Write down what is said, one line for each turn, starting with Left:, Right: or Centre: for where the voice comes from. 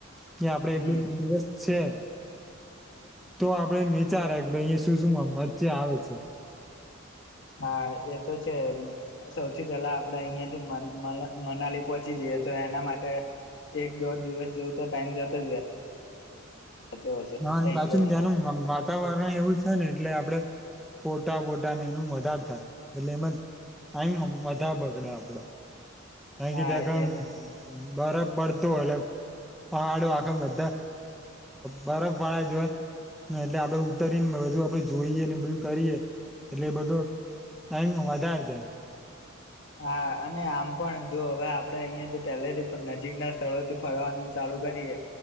Centre: કે આપડે
Left: હમ
Centre: એક બેન દિવસ છે. તો આપડે વિચારે કે ભાઈ અહીિયાયા શું શું મ્ચે આવે છે.
Left: હા એ તો છે. સૌથી પહેલા આપડે અહિયાયાથી મનાલી પહોંચી જઈએ તો એના માટે એક દોઢ દિવસ જેવું તો ટાઈમ જતો જ રહેતો હશે
Centre: હા
Left: થઈ
Centre: પ્રાચીન
Left: જ જાય
Centre: ધ્યાનું વાતાવરણ એવું જ હ ને એટલે આપડે ફોટા બોટાને એનું વધારે થાય એટલે એમાં ટાઈમ વધાર બગડે આપડો. <unintelligible>
Left: હા એ
Centre: બરફ પડતો હોય એટલે પહાડો આખા બધા બરફ વાળા જોય એટલે આપડે ઉતરીને બધું આપણે જોઈએ બધું કરીએ એટલે એ બધો ટાઈમ વધારે જાય
Left: હા અને આમ પણ જો હવે આપડે અહિયાયા થી પહેલેથી પણ નજીક ના સ્થળોથી ફરવાનું ચાલુ કરીએ